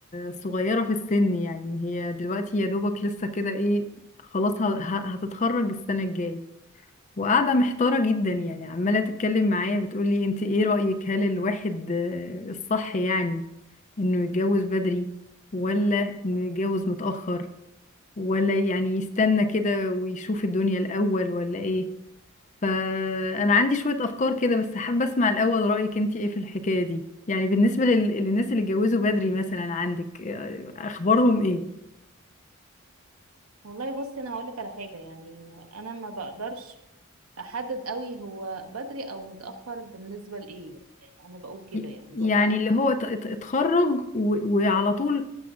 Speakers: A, on the left; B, on the right.
A: صغيرة في السن يعني هي دلوقتي يا دوبك لسه كده ايه خلاص ه- ه- هتتخرج السنة الجاية وقاعدة محتارة جدا يعني عمالة تتكلم معايا بتقولي انت ايه رأيك هل الواحد آه، الصح يعني انه يتجوز بدري ولا انه يتجوز متأخر ولا يعني يستنى كده ويشوف الدنيا الأول ولا ايه فأنا عندي شوية أفكار كده بس حابة أسمع الأول رأيك انتي ايه في الحكاية دي يعني بالنسبة لل... للناس اللي اتجوزوا بدري مثلا عندك آه، أخبارهم ايه
B: والله بصي انا هقولك على حاجة يعني انا ما بقدرش احدد قوي هو بدري او متأخر بالنسبة لايه يعني انا بقول كده
A: ي-
B: يعني
A: يعني
B: بقول
A: اللي هو ت- ت- اتخرج و... وعلى طول